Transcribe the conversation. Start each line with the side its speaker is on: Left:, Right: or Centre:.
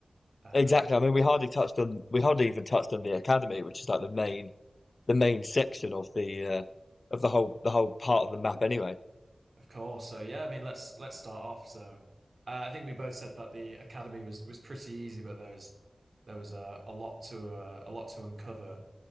Right: uh,
Left: Exactly. I mean, we hardly touched on we hardly even touched on the academy, which is like the main the main section of the uh, of the whole the whole part of the map. Anyway,
Right: of course, so yeah, I mean, let's let's start off. So, uh, I think we both said that the academy was was pretty easy, but there's there was uh, a lot to uh, a lot to uncover.